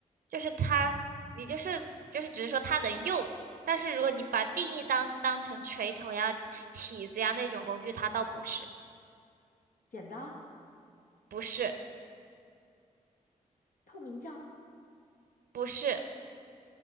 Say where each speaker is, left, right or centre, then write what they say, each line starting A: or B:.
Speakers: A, on the right (about 80°); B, on the left (about 70°).
A: 就是它，
B: 哦，
A: 你就是就是只是说它能用，但是如果你把定义当当成锤头呀、起子呀那种工具，它倒不是，
B: 剪刀、
A: 不是，
B: 透明胶，
A: 不是。